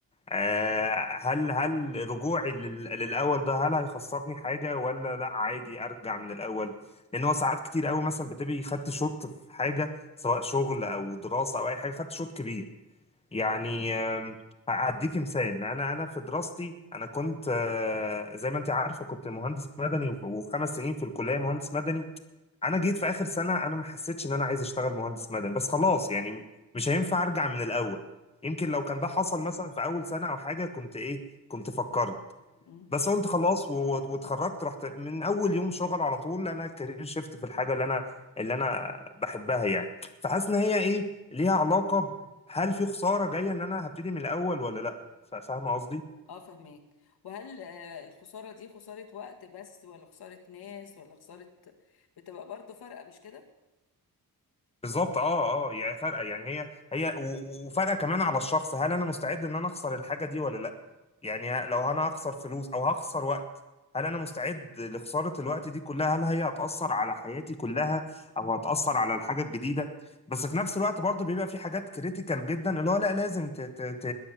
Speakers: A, on the left; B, on the left.
A: آه، هل هل رجوعي لل- للاول ده هل هيخسرني حاجه ولا لا عادي ارجع من الاول لان هو ساعات كتير قوي مثلا بتبقي خدت شوط في حاجه سواء شغل او دراسه او اي حاجه خدت شوط كبير يعني
B: مم.
A: آم، هأديكي مثال انا انا في دراستي انا كنت آه، زي ما انت عارفه كنت مهندس مدني وخمس سنين في الكليه مهندس مدني انا جيت في اخر سنه انا ما حسيتش ان انا عايز اشتغل مهندس مدني بس خلاص يعني مش هينفع ارجع من الاول يمكن لو كان ده حصل مثلا في اول سنه او حاجه كنت ايه كنت فكرت
B: مم.
A: بس قلت خلاص و- واتخرجت رحت من اول يوم شغل على طول انا كارير شيفت في الحاجه اللي انا اللي انا بحبها يعني فحاسس ان هي ايه ليها علاقه ب- هل في خساره جايه ان انا هبتدي من الاول ولا لا فا- فاهمه قصدي
B: اه فهميك وهل آه، الخسارة دي خسارة وقت بس ولا خسارة ناس ولا خسارة بتبقى برضو فرقة مش كده
A: بالظبط اه اه يعني فرقه يعني هي هي و- و- وفرقه كمان على الشخص هل انا مستعد ان انا اخسر الحاجه دي ولا لا يعني ه- لو انا هخسر فلوس او هخسر وقت هل انا مستعد لخسارة الوقت دي كلها هل هي هتأثر على حياتي كلها
B: مم.
A: او هتأثر على الحاجة الجديدة بس في نفس الوقت برضه بيبقى في حاجات كريتيكال جدا اللي هو لا لازم ت... ت... ت...